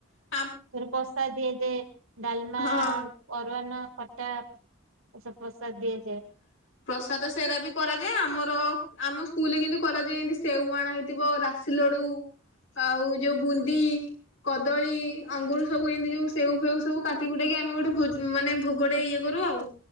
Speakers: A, on the left; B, on the right.
A: ହ <inaudible>
B: ତାପରେ ପ୍ରସାଦ ଦିଆଯାଏ ଡାଲମା
A: ହଁ
B: ଅରୁଆ ନା ଖଟା ଏସବୁ ପ୍ରସାଦ ଦିଆଯାଏ।
A: ହଁ ପ୍ରସାଦ ସେରା ବି କରାଯାଏ। ଆମର ଆମ ସ୍କୁଲରେ କିନ୍ତୁ କରାଯାଏ ଏମିତି ସେଉ ଆଣା ହେଇଥିବ ରା ସିଲଡ଼ୁ ଆଉ ଯଉ ବୁନ୍ଦି। କଦଳୀ ଅଙ୍ଗୁରୁ ସବୁ ଏମିତି ଯୋଉ ସେ ଫେଉ ସବୁ କାଟି କୁୁଟାକି ଆମେ ଗୋଟେ ଭୋଜ ମାନେ ଭୋଗରେ ଇଏ। କରୁ ଆଉ।